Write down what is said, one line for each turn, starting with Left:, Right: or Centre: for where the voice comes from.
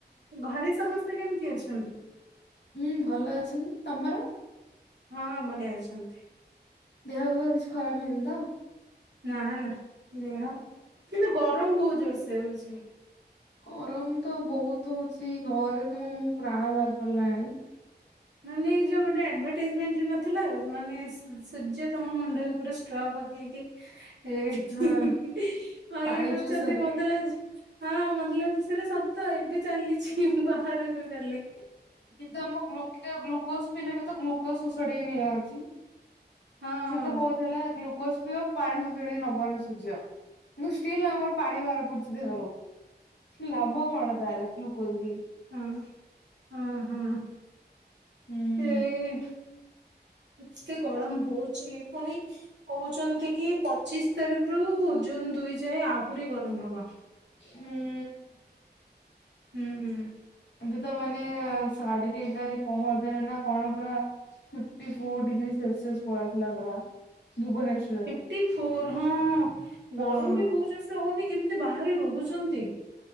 Right: ଘରେ ସମସ୍ତେ କେମିତି ଅଛନ୍ତି?
Left: ହୁଁ ଭଲ ଅଛନ୍ତି ତମର?
Right: ହଁ ହଁ ବଢିଆ ଅଛନ୍ତି।
Left: ଦେହ ଫେଅ କିଛି ଖରାପ ହେଇନି ତ?
Right: ନା ନା ଦେହ କିନ୍ତୁ ଗରମ ବହୁ ଜୋର୍ ସେ ହଉଚି।
Left: ଗରମ ତ ବହୁତ୍ ହଉଚି ଘରେ ତ ମୁଁ ମୋ ପ୍ରାଣ ବାହାରି ବାହାରିପଇଲାଣି।
Right: ମାନେ ଏଇ ଯୋଉ ଗୋଟେ ଆଡ୍ଭଟାଇଜ୍ ମେଣ୍ଟ ନଥିଲା ମାନେ ସୂର୍ଯ୍ୟ ତାଙ୍କ ମୁଣ୍ଡ ଉପରେ ଷ୍ଟ୍ର ପକେଇକି <unintelligible>
Left: ହଁ ପାଣି
Right: ଇଏ କରୁଚନ୍ତି
Left: ପିଉଛନ୍ତି।
Right: ମତେ ଲାଗୁଚି ହଁ ମତେଲାଗୁଚି ସେଇଟା ସତ ଏବେ ଚାଲୁଛି ବାହାରକୁ ଗଲେ।
Left: କିନ୍ତୁ ଆମ ମୁଖ୍ୟ ଗୁକ୍ଲୋଜ୍ ପିଲଲେ ବି ତ ଗୁକ୍ଲୋଜ୍ ସୋଷାଡ଼ିକି ନେଇଯାଉଚି।
Right: ହଁ
Left: ସେ ବି କହୁଥିଲା ଗ୍ଲୁକୋଜ୍ ସିଏ ଆଉ ପାଣି ସୋସାଡିକି ନବନି ସୂର୍ଯ୍ୟ ଜୁସ୍ ପିଇଲେ ଆମର ପାଣି ବାହାରପଡିୁଚି ଦେହରୁ। ଲାଭ କଣ ତା ଏଲେ ଗ୍ଲୁକୋଜ୍ ପିଇ
Right: ହୁଁ ହୁଁ ହୁଁ।
Left: ହୁଁ
Right: ସେଇ ଏତେ ଗରମ
Left: ଆ
Right: ହଉଚି ପୁଣି କହୁଚନ୍ତି କି ପଚିଶି ତାରିଖ ରୁ ଜୁନ୍ ଦୁଇ ଯାଏ ଆହୁରି ଗରମ ହବ।
Left: ହୁଁ।
Right: ହୁଁ ହୁଁ।
Left: ଏବେ ତ ମାନେ ସାଢେ ଦିଟାରେ ପହରଦିନ କଣ ପୁରା ଫିଫ୍ଟି ଫୋର୍ ଡିଗ୍ରୀ ସେଲସିସ୍ ପଳେଇଥିଲା ପୁରା ଭୁବନେଶ୍ବର
Right: ଫିପ୍ଟି ଫୋର୍ ହଁ
Left: ହଁ।
Right: ଗରମ ବି ବହୁ ଜୋର୍ସେ ହଉନି କେମିତି ବାହାରେ ରହୁଚନ୍ତି?